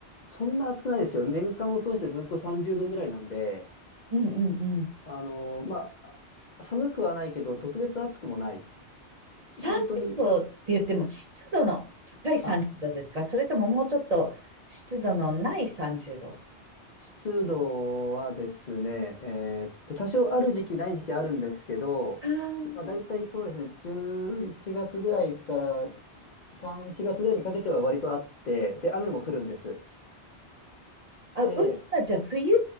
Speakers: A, on the left (about 50°); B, on the right (about 45°).
A: そんな暑くないですよ。年間を通してずっと30度ぐらいなんで、
B: うんうんうん。
A: あの、まあ、寒くはないけど、特別暑くもない。
B: 30度って言っても湿度の高い30度ですかそれとももうちょっと湿度のない30度
A: 本当に、あ、湿度はですね、えーっと、多少ある時期ない時期あるんですけど、
B: あー
A: まあ、大体そうですね、11月ぐらいから3、4月ぐらいにかけては割とあって、で、雨も降るんです。
B: あ、
A: で、
B: 雨季はじゃあ冬